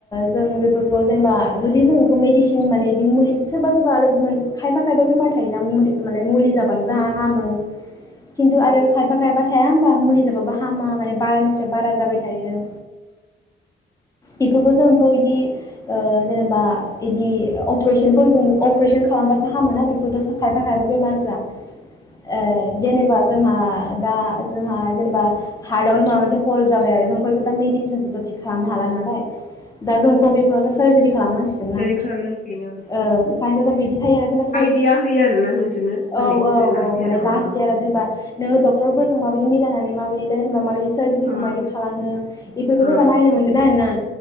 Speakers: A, on the left; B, on the left.
A: जों बेफोरखौ जेनेबा जुदि जों मेडिसिन माने इदि मुलि सोरबा सोरबा लै गुमै। खायफा खायफा बेमार थायोना मुलि माले मुलि जाबानो जोंहा हामो खिन्थु आरो खायफा खायफा थाया होमबा। मुलि जाबा बा हामा माने बारानिफ्राय बारा जाबाय थायो। बेफोरखौ जोंथ' इदि ओ जेनेबा इदि अपारेशनफोरजों अपारेशन खालामबा जा खायफा खायफा बेमार फ्रा ओ जेनेब जोंहा दा जोंहा जेनेबा हार्टआवनो माबा मोनसे हल जाबाय आरो जोंफोरबो दा मेडिसिनसोथ' थि खालामनो हाला नालाय दा जोंथ' बेफोरावथ' सार्जारि खालामनांसिगोन ना
B: खालामनांसिगोन औ
A: ओ ओंखायनोथ' दा बिदि थायो।
B: दिहा होयो आरो ना नोंसोरनो माने
A: औ औ
B: लास्ट
A: औ
B: इयाराव
A: माने लास्ट
B: ओ।
A: इयारा जेनेबा नोङो डक्टरफोरजों माबायदि मिलायनानै माबायदि लायेनबा माबायदि सारर्जारिखौ
B: अ
A: मायदि खालामो बेफोरखौ
B: अ
A: जेनबा नायनो मोनगोन आरो ना।